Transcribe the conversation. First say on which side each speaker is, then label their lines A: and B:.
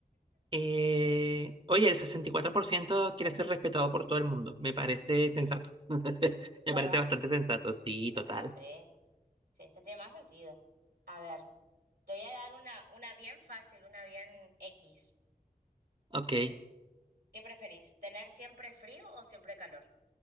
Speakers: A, on the right; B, on the right.
A: Eh, oye, el 64% quiere ser respetado por todo el mundo. Me parece sensato. <laughs> Me
B: ¿verdad?
A: parece bastante sensato, sí,
B: ¿Verdad?
A: total.
B: Sí, sí, este tiene más sentido. A ver. Te voy a dar una, una bien fácil, una bien X.
A: Ok.
B: ¿Qué, qué preferís? ¿Tener siempre frío o siempre calor?